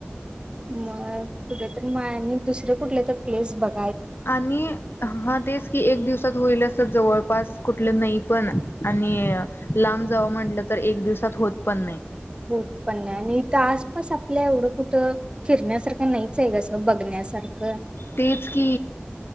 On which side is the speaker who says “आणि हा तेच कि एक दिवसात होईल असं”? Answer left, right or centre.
Left